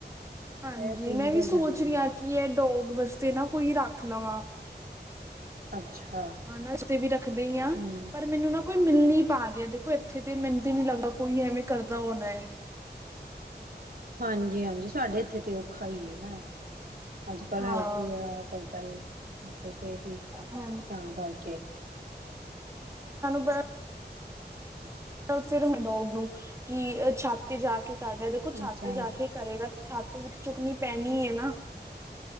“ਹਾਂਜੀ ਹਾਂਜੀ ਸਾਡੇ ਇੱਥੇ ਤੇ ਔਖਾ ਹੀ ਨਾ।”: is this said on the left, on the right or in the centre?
Right